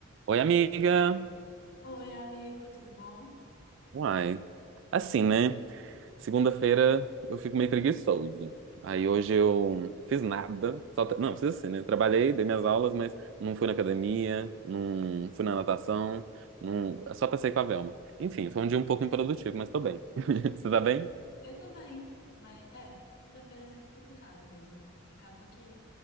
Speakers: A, on the right (about 60°); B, on the left (about 60°).
A: Oi, amiga.
B: Oi, amigo, tudo bom?
A: Uai. Assim, né? Segunda-feira eu fico meio preguiçoso. Aí hoje eu fiz nada. Só tra- Não, fiz assim, né? Trabalhei, dei minhas aulas, mas não fui na academia, não fui na natação, não... só passei com a Velma. Enfim, foi um dia um pouco improdutivo, mas tô bem. <laughs> Você tá bem?
B: Eu tô bem, mas é, segunda-feira é sempre complicado mesmo. Acaba que,